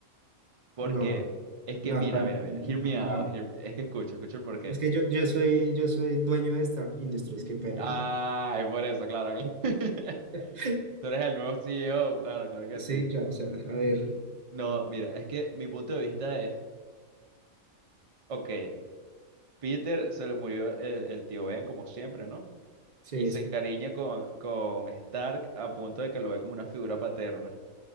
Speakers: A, on the right; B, on the right.
A: Porque
B: No,
A: es que,
B: no,
A: mira,
B: tan-
A: mira,
B: tan-
A: mira, hear
B: no, no.
A: me out,
B: no.
A: hear- es que escucho, escucho porque.
B: Es que yo, yo soy, yo soy dueño de Stark Industries, qué pena.
A: Ay, por eso, claro. claro. <laughs>
B: <laughs>
A: Tú eres el nuevo CEO, claro, claro que
B: Sí,
A: sí.
B: claro, o sea, a ver.
A: No, mira, es que mi punto de vista es, ok, Peter se le murió el, el tío Ben, como siempre, ¿no?
B: Sí,
A: Y se
B: sí.
A: encariña con, con Stark a punto de que lo ve como una figura paterna.